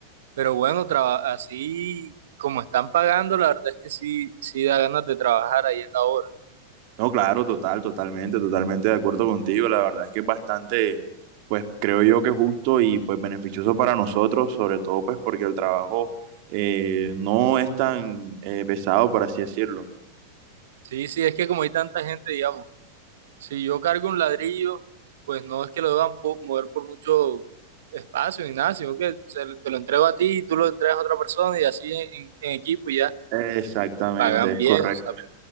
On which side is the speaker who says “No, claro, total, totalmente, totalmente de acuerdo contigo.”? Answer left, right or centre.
Right